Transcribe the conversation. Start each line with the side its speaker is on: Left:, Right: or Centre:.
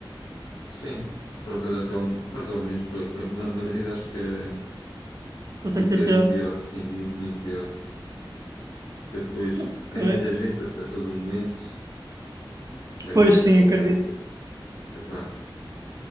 Left: Sim, por acaso já foi al- mais ou menos. Por, eh, Ma- Madrid acho que é
Right: Consegue
Left: um bocadinho
Right: ser pior.
Left: pior, sim, muito, muito pior. Porque depois
Right: Ok.
Left: é muita gente a, a todo momento, é muito.
Right: Pois sim, acredito.
Left: Epá,